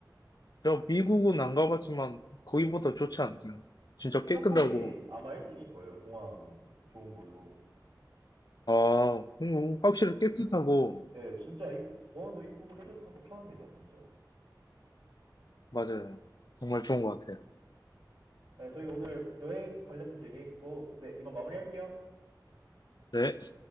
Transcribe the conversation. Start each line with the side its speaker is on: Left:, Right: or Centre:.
Left: 제가 미국은 안 가봤지만 거기보다
Right: 네.
Left: 좋지 않나요? 진짜
Right: 싱가포르이
Left: 깨끗하고,
Right: 아마 1등일 거예요, 공항 좋은 걸로.
Left: 아, 음,
Right: 네.
Left: 확실히 깨끗하고,
Right: 예, 진짜 이- 공항도 이쁘고 깨끗하고 편합니다, 진짜.
Left: 맞아요. 정말 좋은 것 같아요.
Right: 네, 저희 오늘 여행 관련돼서 얘기했고, 네, 이만 마무리할게요.
Left: 네.